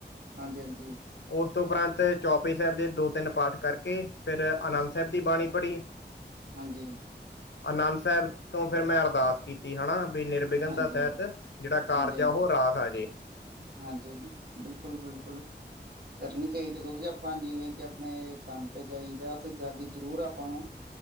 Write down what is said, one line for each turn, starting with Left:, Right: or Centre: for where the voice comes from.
Right: ਹਾਂਜੀ-ਹਾਂਜੀ।
Left: ਉਸ ਤੋਂ ਉਪਰੰਤ ਚੌਪਈ ਸਾਹਿਬ ਦੇ ਦੋ-ਤਿੰਨ ਪਾਠ ਕਰਕੇ ਫਿਰ ਆਨੰਦ
Right: ਅਸ
Left: ਸਾਹਿਬ ਦੀ ਬਾਣੀ ਪੜ੍ਹੀ
Right: ਹਾਂਜੀ,
Left: ਆਨੰਦ ਸਾਹਿਬ ਤੋਂ ਫਿਰ ਮੈਂ ਅਰਦਾਸ ਕੀਤੀ ਹਨਾ। ਵੀ ਨਿਰਵਿਘਨ
Right: ਹਾਂਜੀ,
Left: ਤਾਂ ਸ਼ਹਿਤ ਜਿਹੜਾ ਕਾਰਜ
Right: ਹਾਂਜੀ,
Left: ਆ, ਉਹ
Right: ਹਾਂਜੀ,
Left: ਰਾਸ ਆਜੇ।
Right: ਹਾਂਜੀ, ਬਿਲਕੁਲ-ਬਿਲਕੁਲ ਕਰਨੀ ਚਾਹੀਦੀ। ਕਿਉਂਕਿ ਆਪਾਂ ਜਿਵੇਂ ਕਿ ਆਪਣੇ ਕੰਮ ਤੇ ਜਾਈਦਾ। ਉੱਥੇ ਜਾ ਕੇ ਜ਼ਰੂਰ ਆਪਾਂ ਨੂੰ